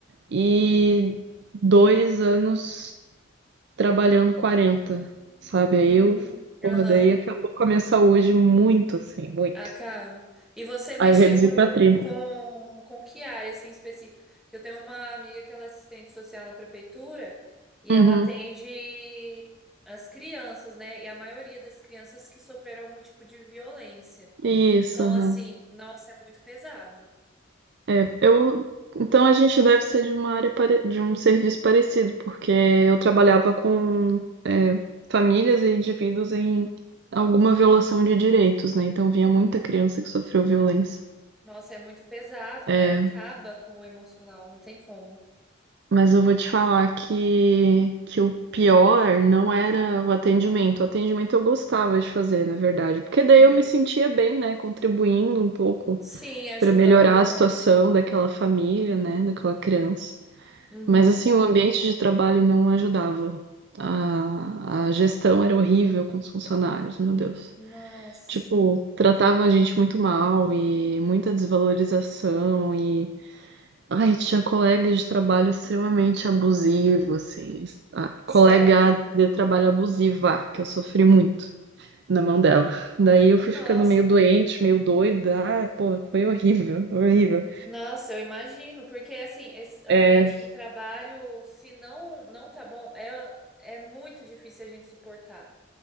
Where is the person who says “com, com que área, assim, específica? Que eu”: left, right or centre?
Centre